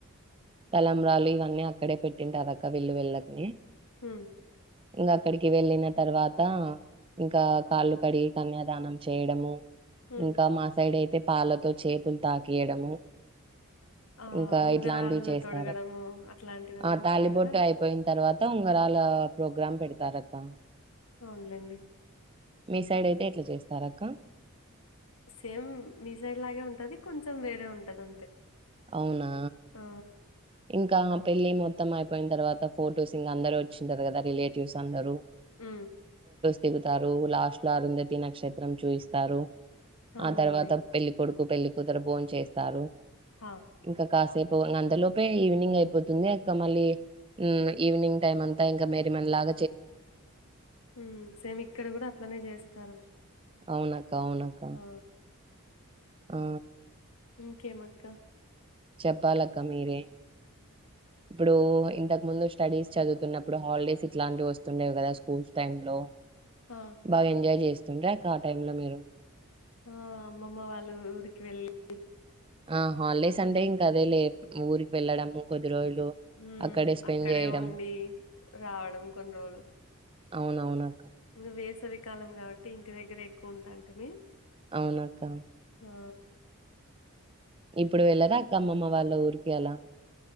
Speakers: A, on the right (about 25°); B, on the left (about 75°).
A: తలంబ్రాలు ఇవన్నీ అక్కడే పెట్టింటారు అక్క విల్లు వెళ్ళకిని
B: హ
A: ఇంకా అక్కడికి వెళ్ళిన తర్వాత ఇంకా కాళ్ళు కడిగి కన్యాదానం చేయడము,
B: ఉమ్.
A: ఇంకా మా సైడ్ అయితే పాలతో చేతులు తాకియడము.
B: ఆ
A: ఇంకా
B: ఉంగరాలు
A: ఇట్లాంటివి చేస్తారు
B: తొడగడము అట్లాంటివన్నీ
A: ఆ
B: ఉంటాయి
A: తాలిబొట్టు
B: కదా.
A: అయిపోయిన తర్వాత ఉంగరాల ప్రో గ్రామ్ పెడతారక్క.
B: అవునులేండి.
A: మీ సైడ్ అయితే ఎట్లా చేస్తారు అక్క.
B: సేమ్ మీ సైడ్ లాగే ఉంటది కొంచెం వేరే ఉంటది అంతే.
A: అవునా.
B: ఆ,
A: ఇంకా పెళ్లి మొత్తం అయిపోయిన తర్వాత ఫొటోస్ ఇంకా అందరు వచ్చింటారు కదా రిలేటివ్స్ అందరు
B: ఊ
A: దిగుతారు లాస్ట్ లో అరుంధతి నక్షత్రం చూయిస్తారు
B: అవునులేండి
A: ఆ తర్వాత పెళ్ళికొడు కు పెళ్లి కుతురు బోన్ చేస్తారు
B: హా
A: ఇంకా కాసేప్ పో నందలో పె ఈవినింగ్ అయిపోతుంది అక్క మళీ ఊ ఈవినింగ్ టైమ్ అంతా ఇంకా మరి మెల్లగా
B: ఊ సేమ్ ఇక్కడ కూడా అట్లనే చేస్తారు
A: అవున కావునక
B: ఆ,
A: ఆ
B: ఇంకేమక్క
A: చెప్పాలక్క మీరే ఇప్పుడు ఇంతకు ముందు స్టడీస్ చదువుతున్నప్పుడు హాలిడేస్ ఇట్లాంటివి వస్తుండేవి కదా స్కూల్స్ టైమ్ లో
B: ఆ,
A: బాగా ఎంజాయ్ చేస్ తుండేక ఆ టైమ్ లో మీరు
B: ఆ అమ్మమ్మ వాళ్ళు ఊరికి వెళ్ళి
A: అ హాలిడేస్ అండే ఇంకా అదే లే ఊరికి వెళ్లడము కొద్ది రోజులు
B: ఊ
A: స్పెండ్
B: అక్కడే
A: చేయడం
B: ఉండి రావడం కొన్ని రోలు
A: అవునవునా
B: ఇంకా వేసవికాలం కాబట్టి ఇంటి దగ్గర ఎక్కువ ఉంటాంటి మీ
A: అవునక్క
B: ఆ
A: ఇప్పుడు వెళ్ళరా అక్క అమ్మమ్మ వాళ్ళ ఊరికి అలా